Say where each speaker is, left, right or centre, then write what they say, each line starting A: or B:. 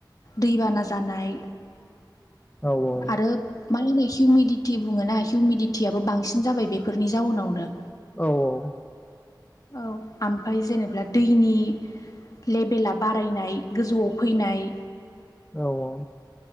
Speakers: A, on the left; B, on the left.
A: दैबाना जानाय
B: औ - औ
A: आरो मा होनो हिउमिदिटि बुङो ना हिउमिदिटियाबो बांसिन जाबाय बेफोरनि जाउनावनो
B: औ औ
A: औ आमफ्राय जेनेबा दैनि लेभेला बारायनाय गोजौआव फैनाय
B: औ औ